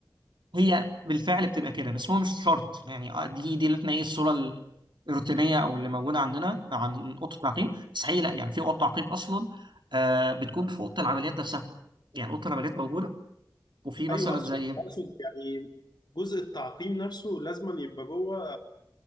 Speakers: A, on the right; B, on the left.
A: هي بالفعل بتبقى كده بس هو مش شرط يعني آه، دي دي اللي احنا ايه الصوره الروتينيه او اللي موجوده عندنا عن اوضه التعقيم بس هي لا يعني في اوضه تعقيم اصلا آه، بتكون في اوضه العمليات نفسها يعني اوضه العمليات موجوده وفي مثلا
B: أيوه أقصد
A: زي
B: أقصد يعني جزء التعقيم نفسه لازما يبقى جوه